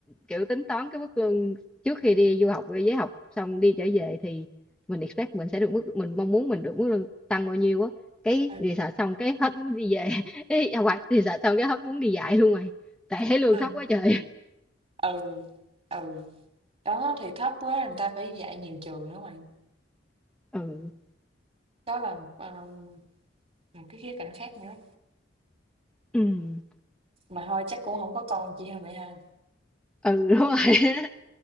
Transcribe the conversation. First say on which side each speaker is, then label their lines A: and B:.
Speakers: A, in the centre; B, on the right.
A: kiểu tính toán cái mức lương trước khi đi du học với học xong đi trở về thì mình expect mình sẽ được mức mình mong muốn mình được mức lương tăng bao nhiêu á cái
B: ừ,
A: research xong cái hết muốn đi về <laughs> Ý, à, hoặc research xong cái hết muốn đi dạy luôn mày tại thấy
B: ừ,
A: lương thấp quá trời
B: ừ, ừ, đó, thì thấp quá người ta phải dạy nhiều trường nữa mày.
A: ừ
B: Đó là, ờ, một cái khía cạnh khác nữa.
A: ừ
B: Mà thôi chắc cũng không có con chi hả mẹ ha?
A: Ừ, đúng rồi <laughs> á.